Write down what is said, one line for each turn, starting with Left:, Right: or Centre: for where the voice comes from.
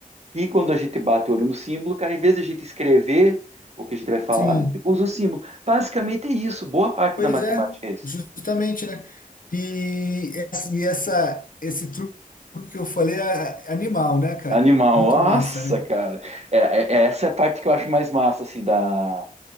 Right: e quando a gente bate o olho no símbolo, cara, em vez de a gente escrever o que a gente vai falar,
Left: Sim,
Right: a gente usa o símbolo. Basicamente é isso, boa parte
Left: pois
Right: da matemática
Left: é,
Right: é isso.
Left: justamente, né? E, esse- e essa, esse truque que eu falei é é animal, né, cara?
Right: Animal,
Left: Muito
Right: nossa,
Left: massa, né?
Right: cara. É, é- é- essa é a parte que eu acho mais massa, assim, da,